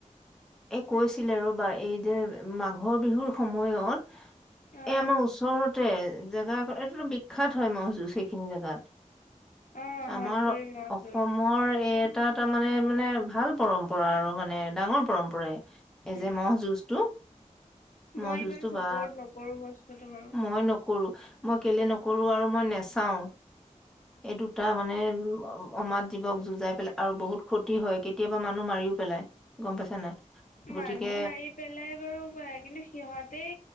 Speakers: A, in the centre; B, on the left.
A: এক কৈছিলে ৰ'বা এই যে মাঘৰ বিহুৰ সময়ত
B: অ',
A: এ আমাৰ ওচৰতে জেগা আকৌ এইফালে বি বিখ্যাত হয় ম'হ যুঁজ সেইখিনি জেগাত।
B: অ',
A: আমাৰ
B: হত গুৰি মহ
A: অসমৰ
B: যুঁজ
A: এই এটা তাৰমানে মানে ভাল পৰম্পৰা আৰু মানে ডাঙৰ পৰম্পৰাই এই
B: উম,
A: যে ম'হ যুঁজটো ম'হ
B: মই
A: যুঁজটো
B: ইমান চাপৰ্ট
A: বা
B: নকৰো বস্তুটো বাৰু।
A: মই ন নকৰো, মই কেলে নকৰো আৰু মই নেচাও এই দুটা মানে অমাত জীৱক যুঁজাই পেলাই আৰু বহুত ক্ষতি হয় কেতিয়াবা মানুহ মাৰি ও পেলাই গম পাইছা নে নাই? গতিকে
B: মানুহ মাৰি পেলাই বাৰু পাৰে কিন্তু সিহঁতে